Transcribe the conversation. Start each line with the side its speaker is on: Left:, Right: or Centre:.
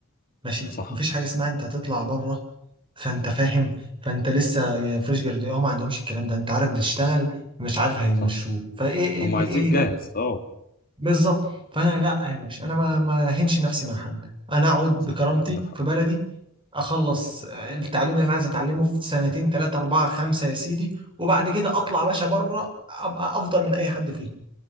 Right: ماشي
Left: صح
Right: مفيش حاجه اسمها انت هتطلع بره فانت فاهم فانت لسه فريش جراديوت اه ما عندهمش الكلام ده انت عارف بتشتغل مش عارف هيمشوه
Left: صح
Right: فايه ايه
Left: هم
Right: اللي
Left: عايزينك
Right: ايه
Left: جاهز
Right: ده
Left: اه
Right: بالظبط فانا لا يا باشا انا ما ما هنش نفسي مع حد انا اقعد بكرامتي
Left: صح عندك حق
Right: في بلدي اخلص التعليم اللي انا عايز اتعلمه في سنتين ثلاثه اربعه خمسه يا سيدي وبعد كده اطلع يا باشا بره ابقى افضل من اي حد فيهم